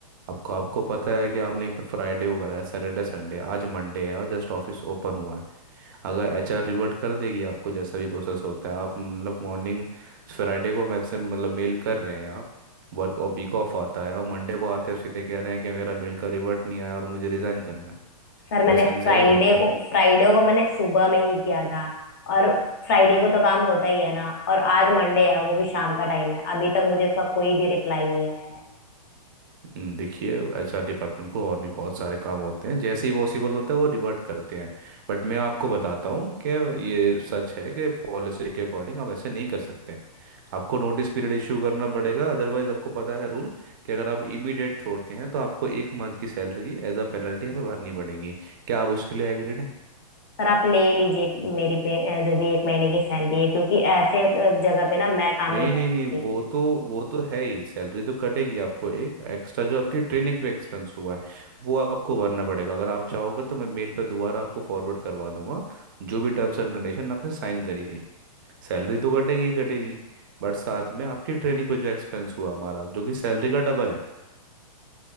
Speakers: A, on the right; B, on the left.
A: आपको आपको पता है कि आपने एक फ्राइडे को कराया सैटरडे संडे आज मंडे है और जस्ट ऑफिस ओपन हुआ है अगर एचआर रिवर्ट कर देगी आपको जैसा भी प्रोसेस होता है आप मतलब मॉर्निंग फ्राइडे को मैसेज मतलब मेल कर रहे हैं आप वर्क और वीक ऑफ आता है और मंडे को आते हैं सीधे कह रहे हैं कि मेरा मेल का रिवर्ट नहीं आया और मुझे रिजाइन करना है
B: सर
A: कोई
B: मैंने
A: सेंस
B: फ्राइडे
A: है इस बात का
B: को फ्राइडे को मैंने सुबह में ही किया था और फ्राइडे को तो काम होता ही है ना और आज मंडे है वो भी शाम का टाइम है अभी तक मुझे उसका कोई भी रिप्लाई नहीं आया है
A: हम्म, देखिए एचआर डिपार्टमेंट को और भी बहुत सारे काम होते हैं जैसे ही पॉसिबल होता है वो रिवर्ट करते हैं बट मैं आपको बताता हूँ कि ये सच है कि पॉलिसी के अकॉर्डिंग आप ऐसे नहीं कर सकते आपको नोटिस पीरियड इशू करना पड़ेगा अदरवाइज आपको पता है रूल कि अगर आप इमीडिएट छोड़ते हैं तो आपको एक मंथ की सैलरी एज अ पेनल्टी हमें भरनी पड़ेगी क्या आप उसके लिए एग्रीड
B: सर आप ले लीजिए मेरी पे अ, जो भी एक महीने की सैलरी है क्योंकि ऐसे अ, जगह पे ना मैं काम
A: नहीं
B: नहीं कर
A: नहीं
B: सकती
A: नहीं वो तो वो तो है ही सैलरी तो कटेगी आपको एक एक्स्ट्रा जो आपके ट्रेनिंग पे एक्सपेंस हुआ है वो आपको भरना पड़ेगा अगर आप चाहोगे तो मैं मेल पे दोबारा आपको फॉरवर्ड करवा दूंगा जो भी टर्म्स एंड कंडीशन आपने साइन करी थी सैलरी तो कटेगी ही कटेगी बट साथ में आपकी ट्रेनिंग पे जो एक्सपेंस हुआ हमारा जो कि सैलरी का डबल है